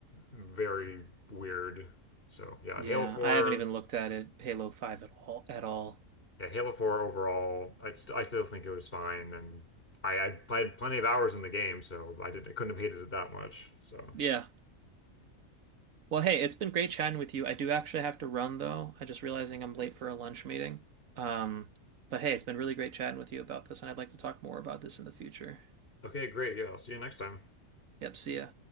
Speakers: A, on the left (about 45°); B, on the right (about 80°).
A: very weird. So yeah,
B: Yeah,
A: Halo 4.
B: I haven't even looked at it, Halo 5 at all at all.
A: Yeah, Halo 4 overall, I st I still think it was fine, and I, I played plenty of hours in the game, so I didn't I couldn't have hated it that much. So
B: Yeah. Well, hey, it's been great chatting with you. I do actually have to run though. I just realizing I'm late for a lunch meeting. Um, but hey, it's been really great chatting with you about this, and I'd like to talk more about this in the future.
A: okay, great. Yeah, I'll see you next time.
B: Yep, see ya.